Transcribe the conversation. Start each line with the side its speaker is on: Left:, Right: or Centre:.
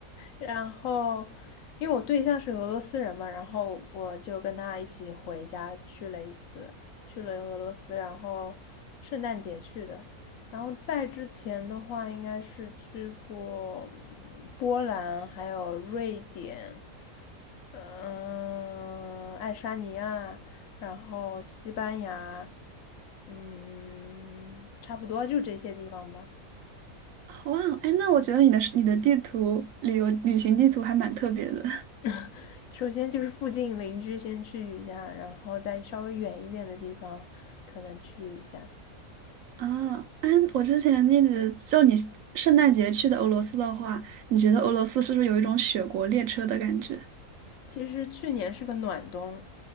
Left: 然后，因为我对象是俄罗斯人嘛，然后我就跟他一起回家去了一次，去了俄罗斯，然后圣诞节去的。然后在之前的话，应该是去过嗯波兰，还有瑞典，嗯、爱沙尼亚，然后西班牙，嗯，差不多就这些地方吧。
Right: <laughs> 哇哦，哎，那我觉得你的你的地图旅游旅行地图还蛮特别的
Left: <laughs> 首先就是附近邻居先去一下，然后再稍微远一点的地方可能去一下。
Right: <laughs> 啊。哎，我之前一直就你圣诞节去的俄罗斯的话，你觉得俄罗斯是不是有一种雪国列车的感觉？
Left: 其实去年是个暖冬，